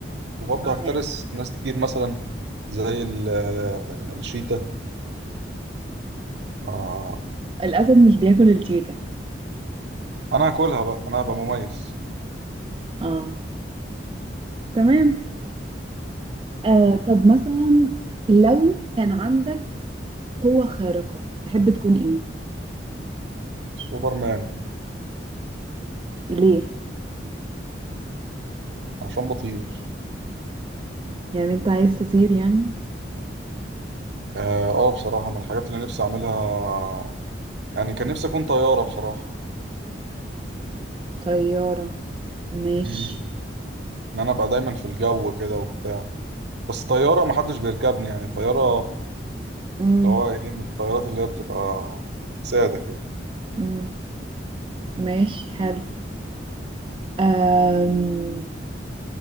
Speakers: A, on the right; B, on the right.
A: وبرضه
B: اه
A: هفترس
B: يعني
A: ناس كتير مثلا زي ال- <hesitation> الشيتا آه،
B: الاسد مش بياكل الشيتا
A: انا هاكلها بقى انا هبقى مميز
B: اه تمام آه طب مثلا لو كان عندك قوة خارقة تحب تكون ايه
A: سوبرمان
B: ليه
A: عشان بطير
B: يعني انت عايز تطير يعني
A: اه آه، بصراحه من الحاجات اللي نفسي اعملها يعني كان نفسي اكون طياره بصراحه
B: طيارة ماشي
A: مم. ان انا ابقى دايما في الجو كده وبتاع بس طياره محدش بيركبني يعني طياره
B: امم
A: اللي هو ايه من الطيارات اللي هي بتبقى ساده كده
B: امم ماشي حلو آم...